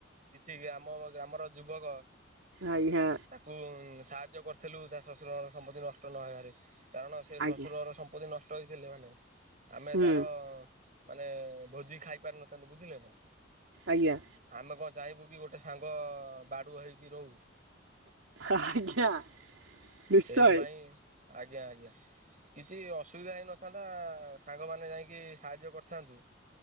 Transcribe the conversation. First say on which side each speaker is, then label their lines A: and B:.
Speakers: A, on the right; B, on the right.
A: କିଛି ଆମ ଗ୍ରାମର ଯୁବକ
B: ଆଘ୍ୟାଁ।
A: ତାକୁ ସାହାଯ୍ୟ କରିଥିଲୁ, ତା ଶଶୁର ଘର ସମ୍ପତ୍ତି ନଷ୍ଟ ନହେବାରେ। କାରଣ, ସେ ଶ୍ୱଶୁରଘର
B: ଆଜ୍ଞା
A: ସମ୍ପତ୍ତି ନଷ୍ଟ ହେଇଥିଲେ, ମାନେ ଆମେ
B: ହୁଁ
A: ତାର-ଅ ମାନେ ଭୋଜି ଖାଇ ପାରି ନଥାନ୍ତୁ, ବୁଝିଲେ ନା!
B: ଆଜ୍ଞା।
A: ଆମେ କଣ ଚାହିଁବୁ କି, ଗୋଟେ ସାଙ୍ଗ ବାଡୁଅ ହେଇକି ରହୁ?
B: ଆ-ଆଜ୍ଞା, ନିଶ୍ଚୟ!
A: ସେଇଥିପାଇଁ ଆଜ୍ଞା, ଆଜ୍ଞା। କିଛି ଅସୁବିଧା ହେଇନଥାନ୍ତା-ଆ, ସାଙ୍ଗମାନେ ଯାଇକି ସାହାଯ୍ୟ କରିଥାନ୍ତୁ।